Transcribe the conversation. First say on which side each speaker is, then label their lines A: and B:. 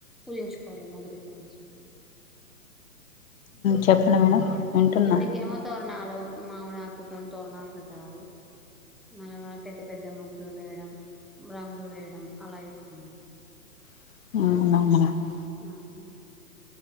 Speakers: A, in the centre; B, on the left.
A: పూజించుకోవాలి మొదటి సంవత్సరంలో
B: చెప్పండి మేడం వింటున్నా
A: ఇంటికేమో తోరణాలు మామిడి ఆకులతో తోరణాలు కట్టడాలు మళ మ పెద్ద పెద్ద ముగ్గులు వేయడం రంగులు వేయడం అలా ఇేస్తామండి
B: వునా
A: అవు